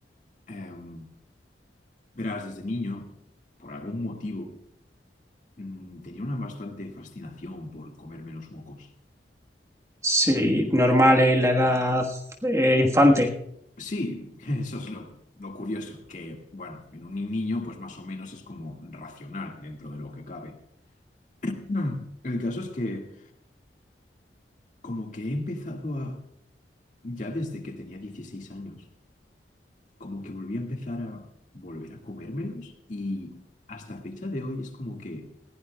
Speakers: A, on the left; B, on the right.
A: Em, verás, desde niño, por algún motivo, mm, tenía una bastante fascinación por comerme los mocos.
B: Sí, normal, ¿eh? La edad eh, infante.
A: Sí, <laughs> eso es lo, lo curioso, que bueno, en un niño pues más o menos es como racional dentro de lo que cabe. <clears throat> Mm, El caso es que como que he empezado a, ya desde que tenía 16 años, como que volví a empezar a volver a comérmelos y hasta fecha de hoy es como que